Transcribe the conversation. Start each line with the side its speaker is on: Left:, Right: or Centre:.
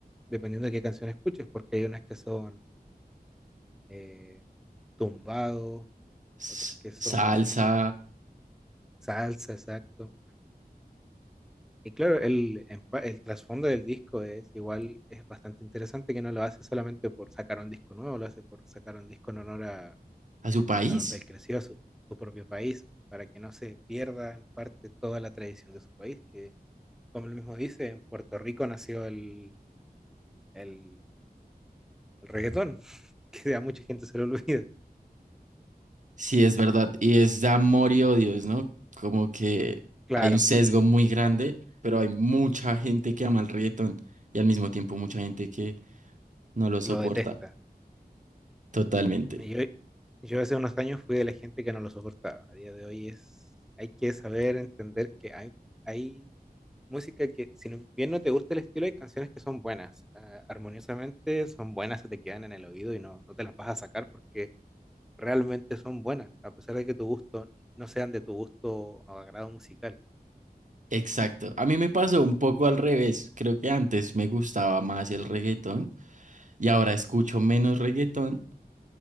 Centre: dependiendo de qué canción escuches, porque hay unas que son eh, tumbado,
Right: S-
Centre: otras que son
Right: salsa
Centre: salsa, exacto. Y claro, el, empa- el trasfondo del disco es igual, es bastante interesante que no lo hace solamente por sacar un disco nuevo, lo hace por sacar un disco en honor a,
Right: a su país.
Centre: a donde él creció, a su, su propio país, para que no se pierda en parte toda la tradición de su país, que como él mismo dice, en Puerto Rico nació el, el, el reggaetón, <laughs> que a mucha gente se lo olvida.
Right: Sí, es verdad. Y es de amor y odios, ¿no? Como que
Centre: Claro,
Right: hay un sesgo muy grande, pero hay mucha gente que ama el reggaetón y al mismo tiempo mucha gente que no lo soporta
Centre: lo detesta.
Right: totalmente.
Centre: Y Yo, yo hace unos años fui de la gente que no lo soportaba. A día de hoy es, hay que saber entender que hay, hay música que, si no- bien no te gusta el estilo, hay canciones que son buenas. ah, armoniosamente son buenas, se te quedan en el oído y no, no te las vas a sacar porque realmente son buenas, a pesar de que tu gusto no sean de tu gusto o agrado musical.
Right: Exacto. A mí me pasó un poco al revés. Creo que antes me gustaba más el reggaetón y ahora escucho menos reggaetón